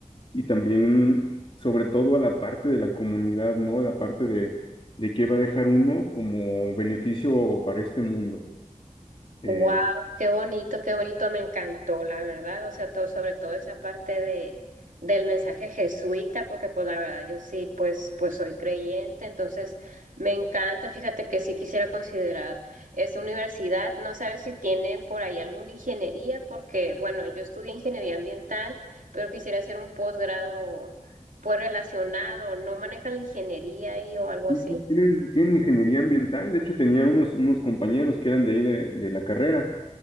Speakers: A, on the left; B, on the right.
A: y también sobre todo a la parte de la comunidad, ¿no? A La parte de, de qué va a dejar uno como beneficio para este mundo.
B: Wow,
A: Eh,
B: qué bonito, qué bonito, me encantó, la verdad. O sea, todo, sobre todo esa parte de, del mensaje jesuita, porque pues la verdad yo sí, pues, pues soy creyente, entonces me encanta. Fíjate que sí quisiera considerar esa universidad. No sabes si tienen por ahí alguna ingeniería, porque bueno, yo estudié ingeniería ambiental, pero quisiera hacer un posgrado pues relacionado. ¿No manejan la ingeniería ahí o algo
A: y
B: así?
A: y tienen, tienen ingeniería ambiental, de hecho tenía unos, unos compañeros que eran de ahí de, de la carrera